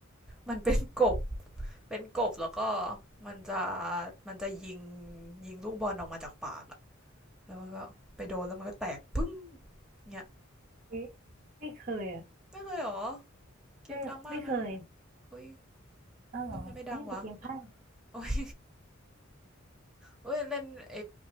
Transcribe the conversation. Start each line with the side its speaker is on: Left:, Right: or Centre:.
Centre: มันเป็นกบ เป็นกบแล้วก็มันจะมันจะยิงยิงลูกบอลออกมาจากปากอะแล้วมันก็ไปโดนแล้วมันก็แตกพึ่งเนี่ย
Right: เอ๊ะไม่เคยอ่ะ
Centre: ไม่เคยหรอเกมดังมากนะ
Right: เออไม่เคย
Centre: อุ้ย
Right: อ้าวเหรอเขาเล่นแต่เกมไพ่
Centre: นู่มันไม่ดังวะโอ้ยโอ้ยเล่นเอ